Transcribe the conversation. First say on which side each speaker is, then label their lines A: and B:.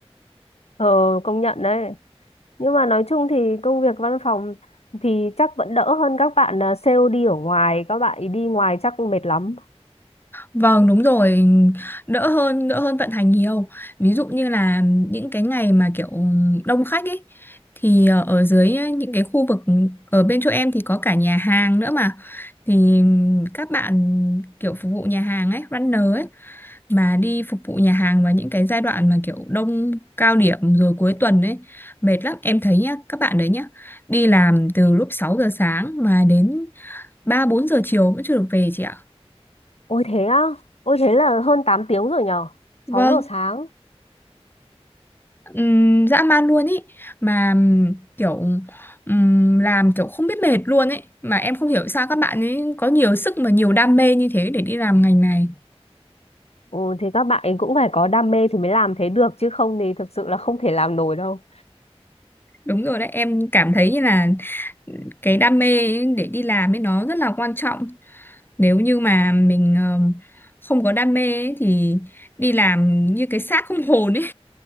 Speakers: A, on the left (about 75°); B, on the left (about 20°).
A: ờ công nhận đấy nhưng mà nói chung thì công việc văn phòng thì chắc vẫn đỡ hơn các bạn à, sale đi ở ngoài các bạn ấy đi ngoài chắc cũng mệt lắm
B: Vâng đúng rồi đỡ hơn đỡ hơn vận hành nhiều ví dụ như là những cái ngày mà kiểu đông khách ấy thì ờ, ở dưới những cái khu vực ở bên chỗ em thì có cả nhà hàng nữa mà thì các bạn kiểu phục vụ nhà hàng ấy runner ấy mà đi phục vụ nhà hàng vào những cái giai đoạn mà kiểu đông cao điểm rồi cuối tuần ấy mệt lắm em thấy nhá các bạn đấy nhá đi làm từ lúc 6 giờ sáng mà đến 3 4 giờ chiều vẫn chưa được về chị ạ
A: ôi thế á ôi thế là hơn 8 tiếng rồi nhở
B: vâng
A: sáu giờ sáng
B: ừm, dã man luôn ý mà ừm, kiểu ừm, làm kiểu không biết mệt luôn ấy mà em không hiểu sao các bạn ấy có nhiều sức mà nhiều đam mê như thế để đi làm ngành này
A: ừ, thì các bạn ấy cũng phải có đam mê thì mới làm thế được chứ không thì thật sự là không thể làm nổi đâu
B: đúng rồi đấy em cảm thấy như là cái đam mê ấy để đi làm ấy nó rất là quan trọng nếu như mà mình ờm, không có đam mê ấy, thì đi làm như cái xác không <laughs> hồn ấy